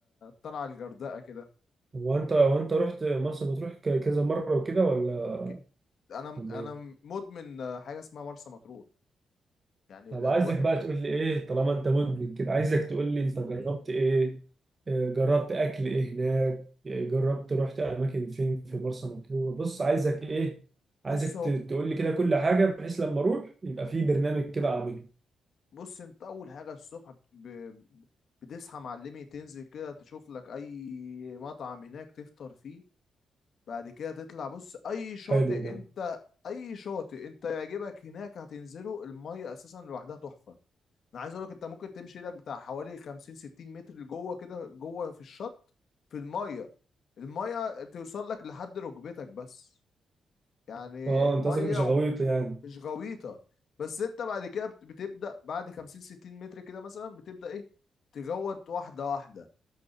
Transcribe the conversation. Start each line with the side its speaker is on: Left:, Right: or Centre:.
Left: طلع الغردقة كده
Right: هو انت هو انت رحت مرسى مطروح ك- كذا مره وكده ولا
Left: ك- انا
Right: ولا
Left: انا
Right: ايه؟
Left: مدمن حاجة اسمها مرسى مطروح يعني
Right: طب
Left: الاجواء
Right: عايزك بقى تقول لي ايه طالما انت مدمن كده عايزك تقول لي انت جربت ايه؟ آه، جربت اكل ايه هناك؟ آه، جربت رحت اماكن فين في مرسى مطروح؟ بص عايزك ايه؟ عايزك
Left: بص
Right: ت-
Left: هو
Right: تقول لي كده كل حاجه بحيث لما اروح يبقى في برنامج كده اعمله
Left: بص انت اول حاجة الصبح ب... بتصحى معلمي تنزل كده تشوف لك اي مطعم هناك تفطر فيه بعد كده تطلع بص اي شاطئ
Right: حلو ده
Left: انت اي شاطئ انت يعجبك هناك هتنزله المية اساسا لوحدها تحفة انا عايز اقول لك انت ممكن تمشي ايدك بتاع حوالي 50 60 متر لجوه كده جوه في الشط في الميه الميه توصل لك لحد ركبتك بس يعني
Right: اه
Left: الميه
Right: انت قصدك مش
Left: و-
Right: غويط
Left: و-
Right: يعني
Left: مش غويطه بس انت بعد كده بت- بتبدا بعد 50 60 متر كده مثلا بتبدا ايه تجوط واحده واحده